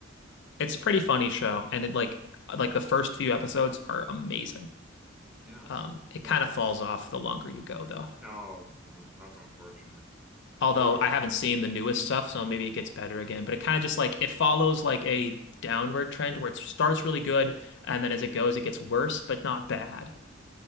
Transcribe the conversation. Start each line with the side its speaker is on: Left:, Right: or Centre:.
Left: It's a pretty funny show, and it like like the first few episodes are amazing.
Centre: Yeah.
Left: Um, it
Centre: Yeah,
Left: kind
Centre: because
Left: of falls off the longer you go, though.
Centre: oh, well, that's unfortunate.
Left: Although
Centre: But yeah,
Left: I haven't seen the newest stuff, so maybe it gets better again. But it kind of just like it follows like a downward trend where it starts really good, and then as it goes, it gets worse, but not bad.